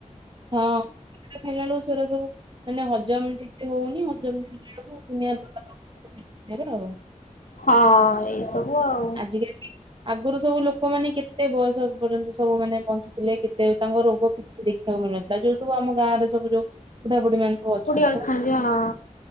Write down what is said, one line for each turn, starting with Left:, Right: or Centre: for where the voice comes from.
Right: ହଁ <inaudible> ଖାଇଲା ବେଳୁକୁ ସେରା ସବୁ ମାନେ ହଜମ ଠିକ୍ ସେ ହଉନି ହଜମ <inaudible> ବେଳୁକୁ ଦୁନିଆ ପ୍ରକାର <unintelligible> ଆଉ।
Left: ହଁ ଏଇ ସବୁ ଆଉ।
Right: <unintelligible> ଆଗରୁ ସବୁ ଲୋକମାନେ କେତେ ବୟସ ପର୍ଯ୍ୟନ୍ତ ସବୁ ମାନେ ବଞ୍ଚୁଥିଲେ କେତେ ତାଙ୍କ ରୋଗ କିଛି ଦେଖିବାକୁ ମିଳୁନଥିଲା ଯୋଉ ସବୁ ଆମ ଗାଁରେ ସବୁ ଯୋଉ ବୁଢା ବୁଢୀ ମାନେ ସବୁ ଅଛନ୍ତି।
Left: ଆଚ୍ଛା ଆଚ୍ଛା
Right: ସେମାନେ
Left: ହଁ।